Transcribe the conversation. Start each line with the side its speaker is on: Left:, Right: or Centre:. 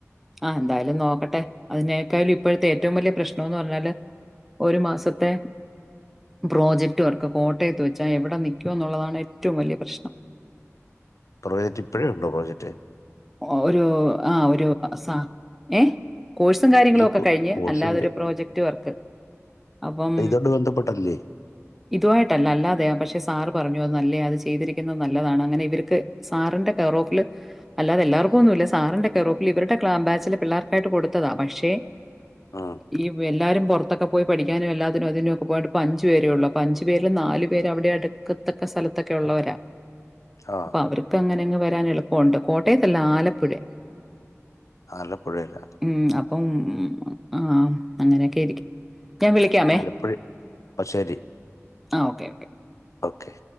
Centre: ആ എന്തായാലും നോക്കട്ടെ അതിനേക്കായാലും ഇപ്പോഴത്തെ ഏറ്റവും വലിയ പ്രശ്നംന്ന് പറഞ്ഞാല് ഒരു മാസത്തെ പ്രോജക്ട് വർക്ക് കോട്ടയത്ത് വെച്ചാൽ എവിടെ നിക്കും എന്നുള്ളതാണ് ഏറ്റവും ഏറ്റവും വലിയ പ്രശ്നം
Left: പ്രോജക്ട് ഇപ്പോഴോ ഉണ്ടോ പ്രോജക്ട്
Centre: ആ ഒരു ആ ഒരു സാ ഏ കോഴ്സും കാര്യങ്ങളും
Left: ഈ
Centre: ഒക്കെ
Left: കോ-
Centre: കഴിഞ്ഞ്
Left: കോഴ്സിന്റെ
Centre: അല്ലാതെരു പ്രോജക്ട് വർക്ക് അപ്പം
Left: ഇതോട് ബന്ധപ്പെട്ടല്ലേ
Centre: ഇതുമായിട്ടല്ല അല്ലാതെയാ പക്ഷെ സാർ പറഞ്ഞു അത് നല്ലയാ ചെയ്തിരിക്കുന്നത് നല്ലതാണ് അങ്ങനെ ഇവർക്ക് സാറിന്റെ കെയർ ഓഫിൽ അല്ലാതെ എല്ലാവർക്കും ഒന്നുമല്ല സാറിന്റെ കെയർ ഓഫിൽ ഇവരുടെ ബാച്ചില് പിള്ളേർക്കായിട്ട് കൊടുത്തതാണ് പക്ഷേ
Left: ഉം.
Centre: ഈ എല്ലാവരും പുറത്തൊക്കെ പോയി പഠിക്കാനും എല്ലാനും അതിനും ഇതിനും പോയിട്ട് അഞ്ചു പേരെ ഉള്ളു അഞ്ചു പേരിൽ നാല് പേര് അവിടെ അടുക്കത്തക്ക സ്ഥലത്തക്ക ഒക്കെ ഉള്ളവരാ
Left: ആ
Centre: അപ്പൊ അവർക്ക് അങ്ങനെ വരാൻ എളുപ്പമുണ്ട് കോട്ടയത്തല്ല ആലപ്പുഴേ
Left: ആലപ്പുഴയില
Centre: ഉം അപ്പം ഉം ആ അങ്ങനെയൊക്കെ ആയിരിക്കും ഞാൻ വിളിക്കാമേ
Left: ആലപ്പുഴ ശരി
Centre: ആ ഓക്കെ ഓക്കെ
Left: ഓക്കെ